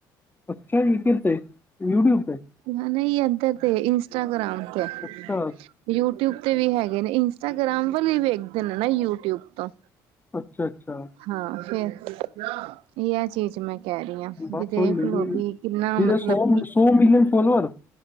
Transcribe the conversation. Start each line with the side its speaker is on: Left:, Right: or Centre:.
Left: ਅਛਾ ਜੀ, ਕਿਥੇ ਯੂ ਟਊਬ ਤੇ।
Right: ਹ ਨਹੀਂ, ਐਦੇ ਤੇ, ਇੰਸਟਾਗ੍ਰਾਮ ਤੇ।
Left: ਅੱਛਾ,
Right: ਯੂ ਟਊਬ ਤੇ ਵੀ ਹੈਗੇ ਨੇ, ਇੰਸਟਾਗ੍ਰਾਮ ਵਾਲੇ ਵੇਖਦੇ ਨੇ ਨਾ ਯੂ ਟਊਬ ਤੋਂ।
Left: ਅੱਛਾ ਅੱਛਾ
Right: ਹਾਂ ਫੇਰ, ਇਹ ਹੈ ਚੀਜ਼ ਮੈਂ ਕਹਿ ਰਹੀ ਹਾਂ,
Left: ਬਸ
Right: ਵੀ ਦੇਖ
Left: ਉਹੀ ਹੈ
Right: ਲਓ
Left: ਜੀ
Right: ਵੀ ਕਿੰਨਾ
Left: ਜਿਹਦੇ
Right: ਮਤਲਬ
Left: ਸੌ
Right: ਕਿ
Left: ਸੌ ਮਿਲੀਅਨ ਫੋਲੋਅਰ